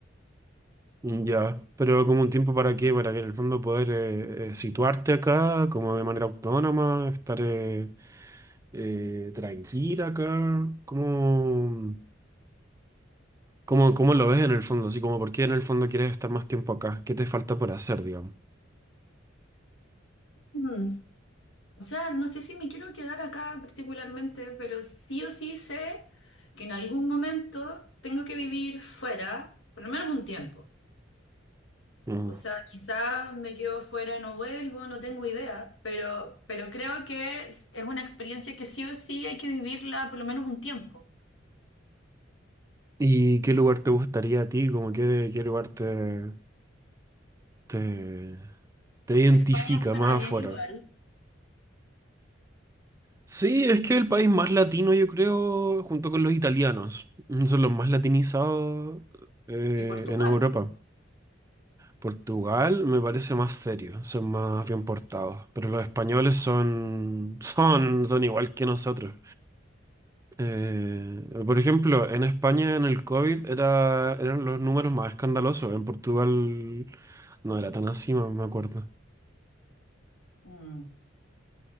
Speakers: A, on the right (about 15°); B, on the left (about 70°).
A: Mm, Ya, pero como un tiempo para qué, para que en el fondo poder eh, eh, situarte acá como de manera autónoma, estar eh, eh, tranquila acá, ¿cómo, cómo, cómo lo ves en el fondo? Así como, ¿por qué en el fondo quieres estar más tiempo acá? ¿Qué te falta por hacer, digamos?
B: Mm. O sea, no sé si me quiero quedar acá particularmente, pero sí o sí sé que en algún momento tengo que vivir fuera, por lo menos un tiempo.
A: Mm.
B: O sea, quizás me quedo fuera y no vuelvo, no tengo idea, pero, pero creo que es, es una experiencia que sí o sí hay que vivirla por lo menos un tiempo.
A: ¿Y qué lugar te gustaría a ti? Como qué, qué lugar te, te, te identifica
B: España suena
A: más
B: bien
A: afuera?
B: igual.
A: Sí, es que el país más latino, yo creo, junto con los italianos, mm, son los más latinizados eh,
B: Y Portugal,
A: en Europa.
B: po.
A: Portugal me parece más serio, son más bien portados, pero los españoles son, <laughs> son, son igual que nosotros. Eh, por ejemplo, en España en el COVID era, eran los números más escandalosos, en Portugal no era tan así, me me acuerdo.
B: Mm.